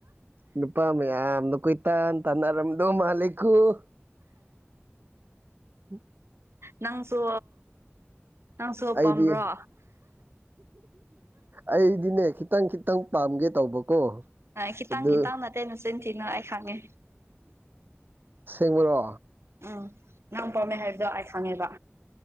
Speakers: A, on the right; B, on the right.
A: ꯅꯨꯄꯥ ꯃꯌꯥꯝꯅ ꯀꯣꯏ ꯇꯥꯟ ꯇꯥꯟꯅꯔꯝꯗꯣ ꯃꯥꯟꯂꯤꯀꫭ ꯎꯝ
B: ꯅꯪꯁꯨ ꯅꯪꯁꯨ
A: ꯑꯩꯗꯤ
B: ꯄꯥꯝꯕ꯭ꯔꯣ
A: ꯑꯩꯗꯤꯅꯦ ꯈꯤꯇꯪ ꯈꯤꯇꯪ ꯄꯥꯝꯒꯦ ꯇꯧꯕꯀꯣ
B: ꯈꯤꯇꯪ
A: ꯑꯗꯨ
B: ꯈꯤꯇꯪ ꯅꯠꯇꯦꯅꯆꯤꯟ ꯊꯤꯅꯣ ꯑꯩ ꯈꯪꯉꯦ
A: ꯁꯦꯡꯕꯔꯣ
B: ꯎꯝ ꯅꯪ ꯄꯥꯝꯃꯦ ꯍꯥꯏꯕꯗꯣ ꯑꯩ ꯈꯪꯉꯦꯕ